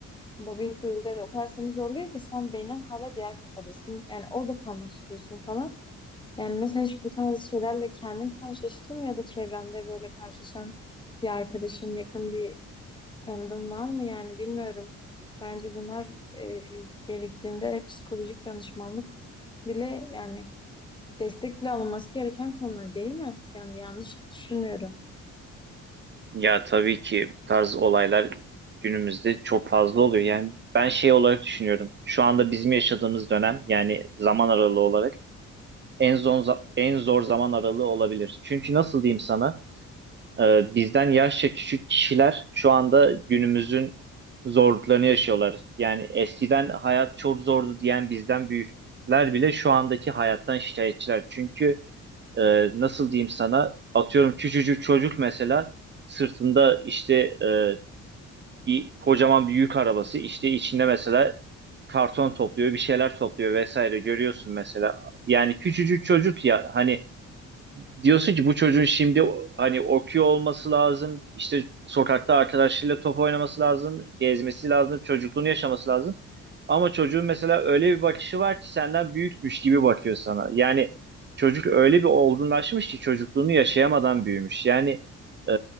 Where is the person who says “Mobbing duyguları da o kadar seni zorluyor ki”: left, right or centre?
Left